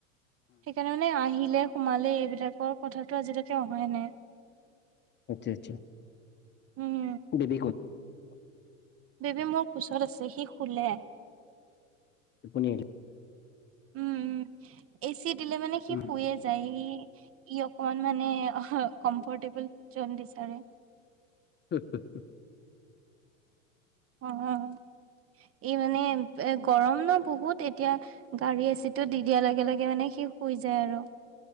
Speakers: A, on the right; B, on the left.
A: সেইকাৰণে মানে আহিলে সোমালে এইবিলাকৰ কথাাতটো আজিলৈকে অহাই নাই।
B: আচ্ছা -আচ্ছা
A: উম
B: <unintelligible>
A: বেবী মোৰ পিছত আছে সি শুলে।
B: <unintelligible>
A: উম- উম এচি দিলে মানে সি
B: উম
A: শুইয়ে যায় সি। ই অকনমান মানে অ কমফৰ্টেবল জন বিচাৰে
B: হুম হুম হুম।
A: উম <inaudible> এই মানে এ গৰম ন বহুত এতিয়া গাড়ী এচিটো দি দিয়াৰ লগে লগে মানে <unintelligible> শেষ হৈ যায় আৰু <unintelligible>